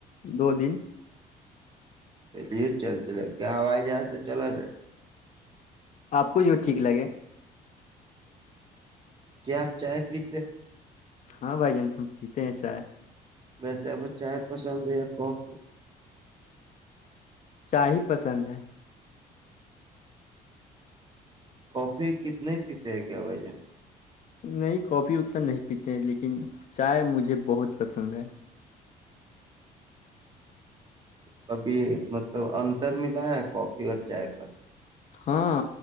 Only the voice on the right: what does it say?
چلیے چل چلے کیا ہو ہے جہاں سے چلا جائے
کیا آپ چائے پی
ویسے آپ کو چائے پسند ہے یا کافی
کافی کتنے پیتے ہیں کیا بھین
کبھی مطلب انتر ملا ہے کافی اور چائے کا